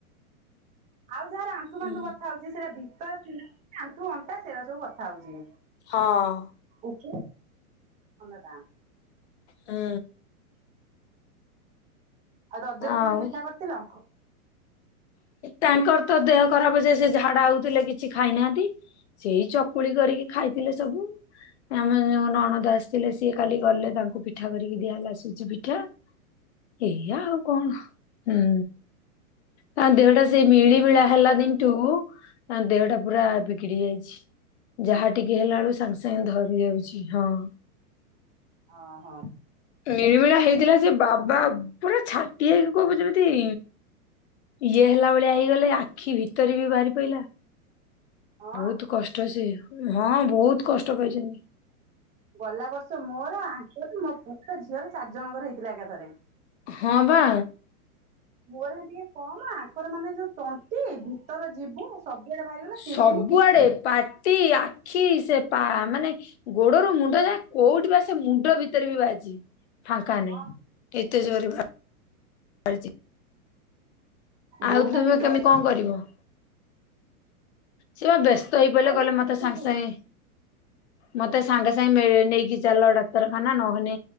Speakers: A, on the right; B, on the left.
A: ଆଉ ଯାହାର ଆଣ୍ଠୁ
B: ହଁ
A: ଫଣ୍ଠୁ ବଥା ହଉଛି। ସେଟା ଭିତରେ ଥିନେ ଆଣ୍ଠୁ ଅଣ୍ଟା ସେଇଟା ସବୁ ବଥା ହଉଛି।
B: ହଁ
A: ଓକେ ଖଣ୍ଡଟା।
B: ହୁଁ
A: ଆଉ ରଜରେ
B: ଆଉ
A: କଣ ପିଠା କରିଥିଲ?
B: ତାଙ୍କର ତ ଦେହ ଖରାପ ଯେ ସେ ଝାଡା ହଉଥିଲେ କିଛି ଖାଇନାହାନ୍ତି। ସେଇ ଚ ପୁଳି କରିକି ଖାଇଥିଲେ ସବୁ। ଆମ ଯୋଉ ନଣନ୍ଦ ଆସିଥିଲେ ସିଏ କାଲି ଗଲେ। ତାଙ୍କୁ ପିଠା କରିକି ଦିଆହେଲା ସୁଜି ପିଠା।
A: ୍ୱ
B: ଏଇଆ ଆଉ କଣ? ହୁଁ। ତାଙ୍କ ଦେହଟା ସେଇ ମିଳିମିଳା ହେଲା ଦିନଠୁ ତାଙ୍କ ଦେହଟା ପୁରା ବିଗିଡି ଯାଇଛି। ଯାହା ଟିକେ ହେଲା
A: ଓହୋ
B: ବେଳୁ ସାଙ୍ଗେ ସାଙ୍ଗେ ଧରି ଯାଉଛି। ହଁ।
A: ଅଁ ହଁ
B: ମିଳିମିଳା ହେଇଥିଲା ସେ ବାବା ପୁରା ଛାଟି ହେଇକି କହିବୁ ଯେମିତି ଇଏ ହେଲା ଭଳିଆ ହେଇଗଲେ ଆଖି ଭିତରେ ବି ବାହାରି ପଇଲା।
A: ହଁ
B: ବହୁତ କଷ୍ଟ ସେ। ହଁ ବହୁତ କଷ୍ଟ ପାଇଚନ୍ତି।
A: ଗଲା ବର୍ଷ ମୋର ଆଙ୍କର ମୋ ପୁଅର ଝିଅର ଚାରି ଜଣଙ୍କର ହେଇଥିଲା ଏକାଥରେ।
B: ହଁ ବା
A: ମୋର ହେନେ ଟିକେ କମ୍ ଆଙ୍କର ମାନେ ଯୋଉ ତଣ୍ଟି ଭିତର ଜିଭ ସବୁ ଆଡ଼େ ବାହାରିଗଲା
B: ସବୁଆଡେ
A: ତିନି ଦିନି କିଛି
B: ପାଟି ଆଖି ସେ ପା ମାନେ ଗୋଡ଼ରୁ ମୁଣ୍ଡ ଯାଏଁ କୋଉଠି ବା ସେ ମୁଣ୍ଡ ଭିତରେ ବି ବାହାରିଚି। ଫାଙ୍କା ନାହିଁ
A: ହଁ
B: କେତେ ଜୋରେ ବାହାରିଚି। ଆଉ
A: ବୋଉ ଖାଲି
B: ତୁମେ
A: ଡରି
B: କେମିତି କଣ
A: ମୁଁ
B: କରିବ? ସିଏ ପା ବ୍ୟସ୍ତ ହେଇ ପଇଲେ
A: ବା ସେ
B: କହିଲେ ମତେ
A: କିଛି
B: ସାଙ୍ଗେ ସାଙ୍ଗେ ମତେ ସାଙ୍ଗେ ସାଙ୍ଗେ ମେ ନେଇକି ଚାଲ ଡାକ୍ତରଖାନା ନହେଲେ